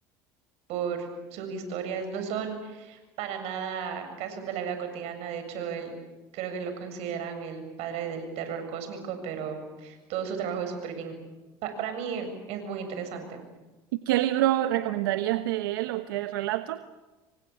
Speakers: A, on the right; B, on the right.
A: por sus historias. No son para nada casos de la vida cotidiana. De hecho, él creo que lo consideran el padre del terror cósmico, pero todo su trabajo es súper bien. pa- para mí es muy interesante.
B: ¿Y qué libro recomendarías de él o qué relato?